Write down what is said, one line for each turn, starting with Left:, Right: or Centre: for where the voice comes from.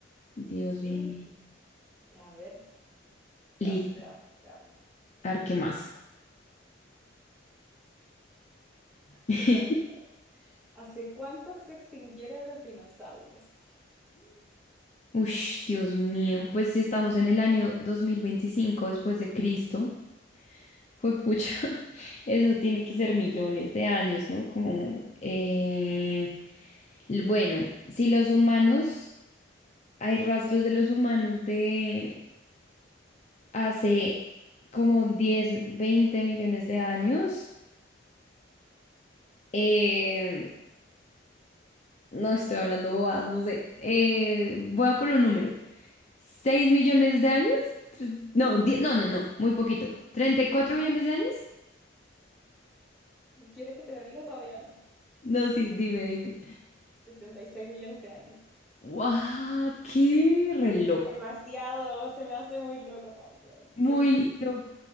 Left: Dios
Centre: Sí.
Left: mío.
Centre: Ya, a ver. Veamos,
Left: Listo.
Centre: veamos, veamos.
Left: A ver, ¿qué más?
Centre: <laughs>
Left: <laughs>
Centre: Me gusta. ¿Hace cuánto se extinguieron los dinosaurios?
Left: Uy, Dios mío. Pues si estamos en el año 2025 después de Cristo, fue pucha. <laughs> Eso tiene que ser millones de años, ¿no? Como, eh, l- bueno, si los humanos, hay rastros de los humanos de hace como 10, 20 millones de años. Eh, no estoy hablando bobadas, no sé. Eh, voy a poner un
Centre: <laughs>
Left: número. seis millones de años? Tres- No, die- no, no, no, muy poquito. treinta y cuatro millones de años?
Centre: ¿Quieres que te lo diga? Todavía no.
Left: No, sí, dime, dime.
Centre: sesenta y seis millones de años.
Left: ¡Guau! ¡Qué re loco!
Centre: Demasiado, se me hace muy loco también.
Left: Muy
Centre: Loquísimo,
Left: loco.